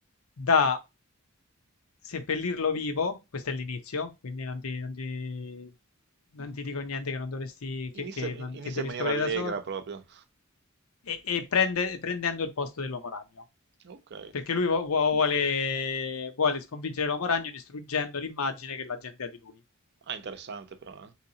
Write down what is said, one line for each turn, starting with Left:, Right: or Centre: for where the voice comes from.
Left: da seppellirlo vivo, questo è l'inizio, quindi non ti, non ti- non ti dico niente che non dovresti, che,
Right: Inizia,
Left: che
Right: in-
Left: non-
Right: inizia
Left: che devi
Right: in maniera
Left: scoprire
Right: allegra
Left: da solo
Right: proprio.
Left: e, e prende- prendendo il posto dell'uomo ragno.
Right: Ok.
Left: Perché lui vu- vu- vuole, vuole sconfiggere l'uomo ragno distruggendo l'immagine che la gente ha di lui.
Right: Ah, interessante però, eh.